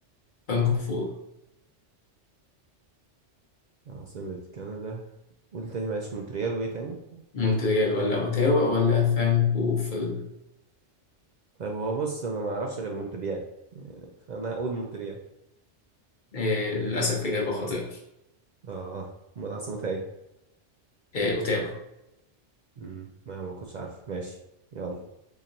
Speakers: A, on the left; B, on the right.
A: فانكوفور
B: عاصمة كندا قول تاني معلش مونتريال وإيه تاني
A: مونتريال ولا أوتاوا ولا فانكوفر؟
B: طيب هو بص أنا ما أعرفش غير مونتريال فأنا هقول مونتريال
A: آه للأسف إجابة خاطئة
B: آه أمال عاصمتها إيه؟
A: آه أوتاوا
B: مم. ما ما كنتش عارف ماشي يلا